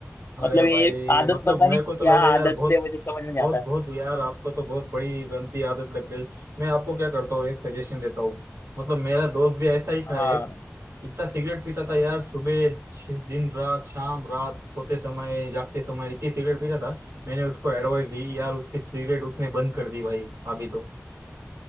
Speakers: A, on the right; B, on the left.
A: अरे
B: मतलब
A: भाई
B: ये आदत
A: मतलब
B: पता
A: मेरे
B: नहीं क्या
A: को तो लग रहा है यार
B: आदत
A: बहुत
B: है मुझे समझ में नहीं
A: बहुत
B: आता है
A: बहुत यार आपको तो बहुत बड़ी गंदी आदत लग गई मैं आपको क्या करता हूँ एक सजेशन देता हूँ मतलब मेरा दोस्त भी ऐसा ही
B: हाँ
A: था एक इतना सिगरेट पीता था यार सुबह श- दिन रात शाम रात सोते समय जागते समय इतनी सिगरेट पीता था मैंने उसको एडवाइस दी यार उसकी सिगरेट उसने बंद कर दी भाई अभी तो